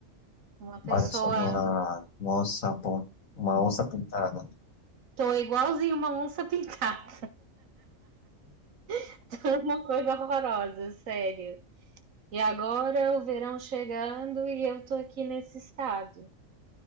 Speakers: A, on the right (about 80°); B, on the left (about 85°).
A: Uma pessoa.
B: parecendo uma, uma onça, pon- uma onça pintada.
A: Tô igualzinho uma onça pintada. <laughs> Tô uma coisa horrorosa, sério. E agora o verão chegando e eu tô aqui nesse estado.